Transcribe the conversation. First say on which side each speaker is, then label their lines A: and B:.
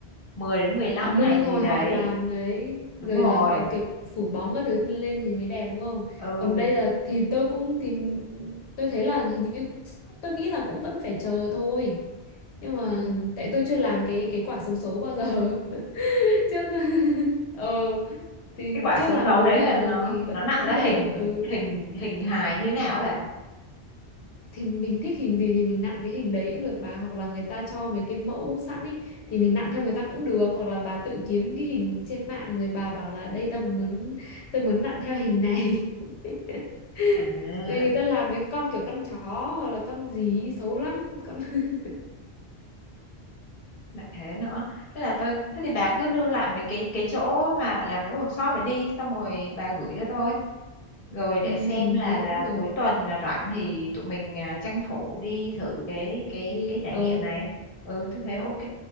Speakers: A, on the left; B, on the left.
A: 10 đến mười lăm
B: họ nung
A: ngày
B: xong
A: gì
B: rồi
A: đấy
B: họ làm ấy rồi
A: đúng rồi
B: là họ kiểu phủ bóng các thứ lên thì mới đẹp đúng không
A: ừ
B: còn đây là thì tôi cũng thì tôi thấy là hình như tôi nghĩ là cũng vẫn phải chờ thôi nhưng mà
A: ừm.
B: tại tôi chưa làm cái cái quả xấu xấu bao giờ <laughs> trước <laughs> ờ thì
A: cái quả
B: trước
A: xấu
B: làm
A: xấu
B: gốm
A: đấy
B: bình
A: là
B: thường
A: nó
B: thì vẫn
A: nó nặn
B: vẫn
A: ra
B: đợi
A: hình
B: ừ
A: hình hình hài như thế nào á
B: thì mình thích hình gì thì mình nặn cái hình đấy cũng được bà hoặc là người ta cho mấy cái mẫu sẵn ý thì mình nặn theo người ta cũng được hoặc là bà tự kiếm cái hình trên mạng rồi bà bảo là đây tao muốn tôi muốn nặn theo hình này <laughs>
A: À,
B: rồi người ta làm mấy con kiểu con chó hoặc là con gì ý, xấu lắm con <laughs>
A: lại thế nữa. Thế là tôi thế thì bà cứ lưu lại mấy cái cái chỗ mà làm cái workshop để đi xong rồi bà gửi cho tôi. Rồi
B: ừ,
A: để xem
B: ừ
A: là
B: thế
A: là
B: cũng được
A: cuối tuần mà rảnh thì tụi mình à, tranh thủ đi thử cái cái
B: đi
A: cái trải
B: ờ
A: nghiệm này. Ừ, tôi thấy ok.